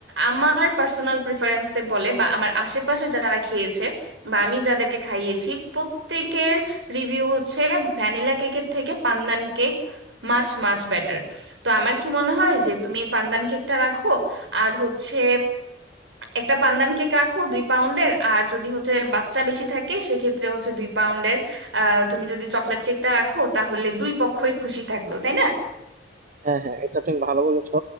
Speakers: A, on the right; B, on the right.
A: আমার পার্সোনাল প্রিফারেন্সে বলে বা আমার আশেপাশে যারা খেয়েছে বা আমি যাদেরকে খাইয়েছি প্রত্যেকের রিভিউ হচ্ছে ভ্যানিলা কেকের থেকে পান্দান কেক মাছ মাছ বেটার তো আমার কি মনে হয় যে তুমি পান্দান কেকটা রাখো আর হচ্ছে একটা পান্দান কেক রাখো দুই পাউন্ডের আর যদি হচ্ছে বাচ্চা বেশি থাকে সেক্ষেত্রে হচ্ছে দুই পাউন্ডের আহ, তুমি যদি চকলেট কেকটা রাখো তাহলে দুই পক্ষই খুশি থাকলো তাই না
B: হ্যাঁ হ্যাঁ এটা তুমি ভালো বলেছো